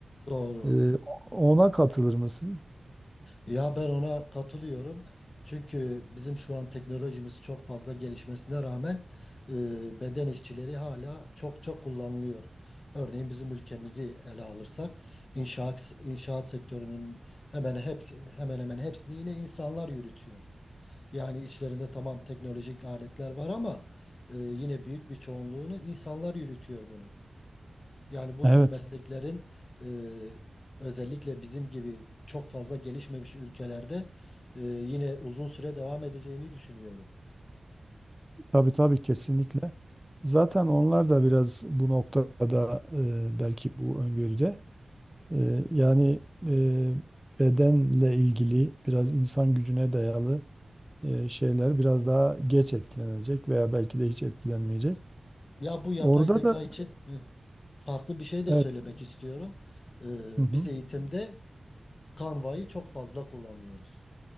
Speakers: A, on the left; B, in the centre.
A: doğru.
B: Ee, ona katılır mısın?
A: Ya ben ona katılıyorum. Çünkü bizim şu an teknolojimiz çok fazla gelişmesine rağmen e, beden işçileri hala çok çok kullanılıyor. Örneğin bizim ülkemizi ele alırsak inşaat inşaat sektörünün hemen hepsi hemen hemen hepsini yine insanlar yürütüyor. Yani içlerinde tamam teknolojik aletler var ama e, yine büyük bir çoğunluğunu insanlar yürütüyor bunu. Yani bu
B: Evet,
A: tür mesleklerin e, özellikle bizim gibi çok fazla gelişmemiş ülkelerde e, yine uzun süre devam edeceğini düşünüyorum.
B: tabii tabii kesinlikle. Zaten onlar da biraz bu noktada e, belki bu öngörüde e,
A: Evet.
B: yani e, bedenle ilgili biraz insan gücüne dayalı e, şeyler biraz daha geç etkilenecek veya belki de hiç etkilenmeyecek.
A: Ya bu yapay
B: Orada
A: zeka
B: da
A: için hı, farklı bir şey de
B: evet,
A: söylemek istiyorum. E,
B: hı hı,
A: biz eğitimde Canva'yı çok fazla kullanıyoruz.